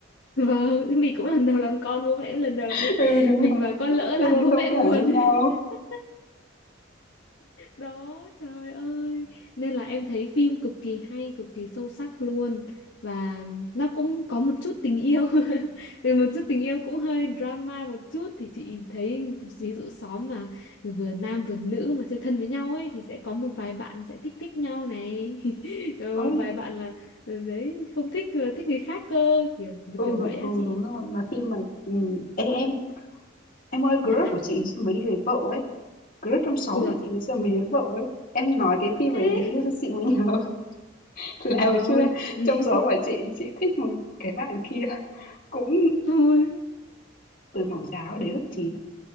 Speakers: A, on the left; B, on the left.
A: Vâng, mình cũng lần đầu làm con, bố mẹ cũng lần đầu
B: <laughs>
A: làm bố
B: Ừ, đúng
A: Mình
B: rồi,
A: mà con lỡ làm
B: thế nên
A: bố
B: thông
A: mẹ
B: cảm
A: buồn.
B: cho nhau.
A: <laughs> Đó, trời ơi. Nên là em thấy phim cực kỳ hay, cực kỳ sâu sắc luôn. Và nó cũng có một chút tình yêu. <laughs> Vì Một chút tình yêu cũng hơi drama một chút. Thì chị thấy ví dụ xóm mà vừa nam vừa nữ mà chơi thân với nhau ấy thì sẽ có một vài bạn sẽ thích thích nhau này. <laughs> Rồi
B: Ôi,
A: Một vài bạn là ừ, đấy không thích ờ, thích người khác cơ, kiểu
B: ừ,
A: kiểu vậy
B: đ
A: á
B: ừ,
A: chị.
B: đúng rồi, mà phim mà ừm, ê, em, em ơi,
A: Dạ.
B: crush của chị mới đi lấy vợ ấy, crush trong xóm
A: Ủa,
B: của chị ngày giờ mới lấy vợ ấy. Em nói cái phim
A: ê,
B: ấy thế cho chị mới nhớ <laughs> là
A: trời
B: hồi xưa
A: ơi, <laughs>
B: trong xóm của chị, chị thích một cái bạn kia cũng
A: ui,
B: từ mẫu giáo đến lớp chín